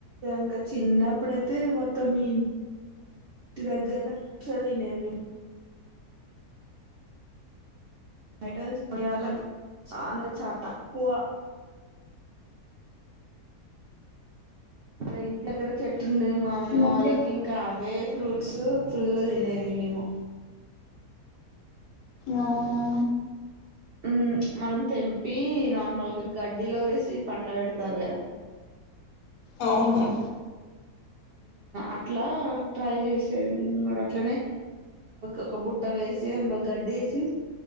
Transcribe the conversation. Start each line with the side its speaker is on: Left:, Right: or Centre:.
Right: ఇక చిన్నప్పుడైతే మొత్తం మీ ఇంటి దగ్గర చదివిండేది మీము మట వ <unintelligible> చాన చాలా తక్కువ ఇగ ఇంటి దగ్గర చెట్టు ఉండేది మ్యా అమ్మమ్మ
Left: ఈ మధ్య
Right: వాళ్ళకి ఇంకా కాద్ ఏ ఫ్రూట్స్ ఫుల్ గా తినేది మేము
Left: అవును
Right: మ్మ్ మనం తెంపి నార్మల్గా గడ్డిలో వేసి పండ పెడతారు కదా
Left: అవునునవును
Right: అట్లా ట్రై చేసేది మేము కూడా అట్లనే ఒక బుట్టలు వేసి అందులో గడ్డి వేసి